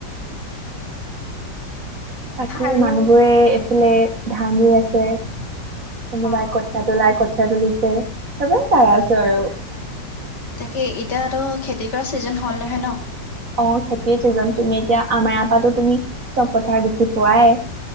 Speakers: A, on the right; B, on the left.
A: বাকী
B: আৰু
A: মানুহবোৰে এইফালে ধাঙি আছে কোনোবাই
B: অ',
A: কঠীয়া তোলাই কঠীয়া তুলিছে হেইবোৰকে চাই আছো আৰু
B: এ এতিয়াতো খেতি কৰা ছিজন হ'ল নহয় ন?
A: অ খেতিৰ চিজন তুমি এতিয়া আমাৰপাতো তুমি চব পথাৰ দেখি পোৱাই?